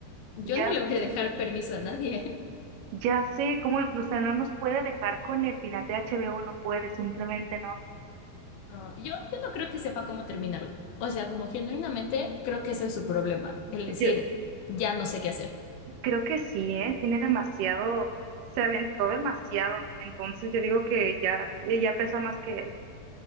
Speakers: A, on the left; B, on the right.
A: yo
B: Ya
A: no le
B: sé.
A: voy a dejar permiso a nadie. <laughs>
B: Ya sé, cómo, o sea, no nos puede dejar con el final de HBO, no puede, simplemente no.
A: No, yo, yo no creo que sepa cómo terminarlo. O sea, como genuinamente creo que ese es su problema, el decir,
B: Yo
A: ya no sé qué hacer.
B: creo que sí, ¿eh? Tiene demasiado, se aventó demasiado, entonces yo digo que ya, ella pesa más que él.